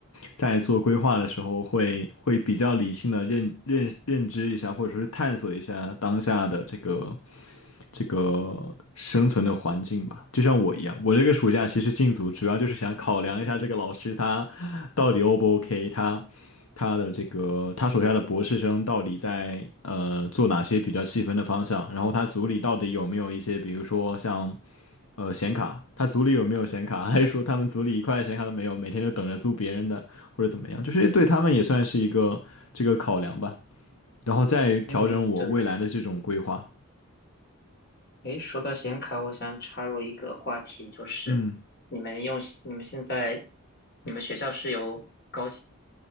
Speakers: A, on the left; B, on the left.
A: 在做规划的时候会会比较理性的认认认知一下，或者说是探索一下当下的这个这个生存的环境吧。就像我一样，我这个暑假其实进组主要就是想考量一下这个老师他到底 O 不 OK，他他的这个他手下的博士生到底在呃做哪些比较细分的方向，然后他组里到底有没有一些比如说像。呃，显卡，他组里有没有显卡？<laughs> 还是说他们组里一块显卡都没有，每天就等着租别人的，或者怎么样？就是对他们也算是一个这个考量吧，然后再调整我未来的这种规划。
B: 嗯，对。诶，说到显卡，我想插入一个话题，就是你们用你们现在
A: 嗯，
B: 你们学校是有高性